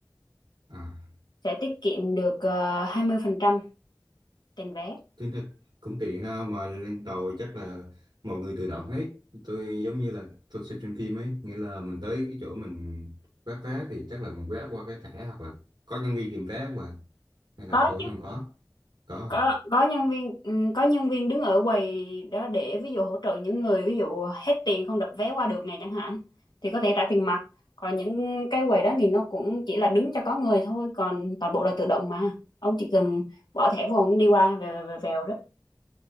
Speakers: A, on the right (about 85°); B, on the left (about 75°).
A: à
B: sẽ tiết kiệm được uh, 20% tiền vé
A: Tính ra cũng tiện ha mà lên tàu chắc là mọi người tự động hết tôi giống như là tôi xem trên phim ấy nghĩa là mình tới cái chỗ mình quét vé thì chắc là mình quét qua cái thẻ hoặc là có nhân viên kiểm vé không à hay
B: có
A: là thôi
B: chứ
A: không có có à.
B: có có nhân viên ừm, có nhân viên đứng ở quầy đó để ví dụ hỗ trợ những người ví dụ hết tiền không đập vé qua được này chẳng hạn thì có thể trả tiền mặt còn những cái quầy đó thì nó cũng chỉ là đứng cho có người thôi còn toàn bộ là tự động mà ông chỉ cần bỏ thẻ vô ông đi qua về về vèo đó